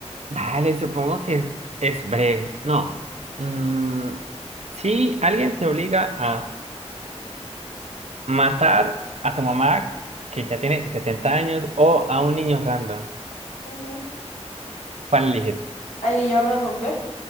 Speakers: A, on the right; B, on the left.
A: dale, supongo que es, es breve. No. Mm, si alguien te obliga a Matar a tu mamá, que ya tiene 70 años, o a un niño random.
B: Ujú.
A: ¿Cuál eliges?
B: Al niño random, ¿ve?